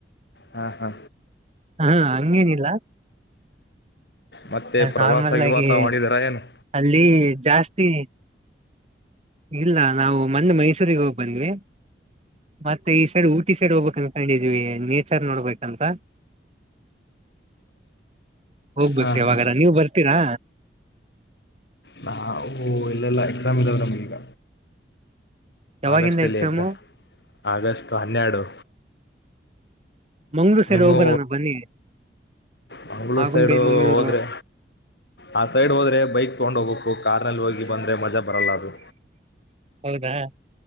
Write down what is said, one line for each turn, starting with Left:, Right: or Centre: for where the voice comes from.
Left: ಹಾ ಹಾ
Right: ಹ ಹಂಗೇನಿಲ್ಲ
Left: ಮತ್ತೆ ಪ್ರವಾಸ
Right: ನಾರ್ಮಲ್
Left: ಗಿವಾಸ
Right: ಆಗಿ
Left: ಮಾಡಿದಾರ ಏನು
Right: ಅಲ್ಲಿ ಜಾಸ್ತಿ. ಇಲ್ಲ ನಾವು ಮೊನ್ನೇ ಮೈಸೂರಿಗೆ ಹೋಗ್ ಬಂದ್ವಿ ಮತ್ತೆ ಈ ಸೈಡ್ ಊಟಿ ಸೈಡ್ ಹೋಬೇಕ ಅನ್ಕೊಂಡಿದ್ವಿ ನೇಚರ್ ನೋಡ್ಬೇಕಂತ. ಹೋಗ್ಬೇಕು
Left: ಹಾ ಹಾ
Right: ಯಾವಾಗಾರ ನೀವ್ ಬರ್ತೀರಾ
Left: ನಾ ಓ ಇಲ್ಲಿಲ್ಲ ಎಕ್ಸಾಮ್ ಇದವ ನಮ್ಗೀಗ.
Right: ಯಾವಾಗಿಂದ
Left: ಆಗಸ್ಟ್ ಅಲ್ಲಿ
Right: ಎಕ್ಸಾಮು
Left: ಎಕ್ಸಾಮ್ ಆಗಸ್ಟ್ ಹನ್ನೆರಡು
Right: ಮಂಗ್ಳೂರ್ ಸೈಡ್
Left: ನಿಮ್ಮು
Right: ಹೋಗ್ಬರೋಣ ಬನ್ನಿ
Left: ಮಂಗಳೂರು
Right: ಆಗುಂಬೆ
Left: ಸೈಡು
Right: ಮಂಗ್ಳೂರು
Left: ಹೋದ್ರೆ ಆ ಸೈಡ್ ಹೋದ್ರೆ ಬೈಕ್ ತೊಂಡ್ ಹೋಬಕು. ಕು ಕಾರ್ನಲ್ಲಿ ಹೋಗಿ ಬಂದರೆ ಮಜಾ ಬರಲ್ಲಾ ಅದು.
Right: ಹೌದಾ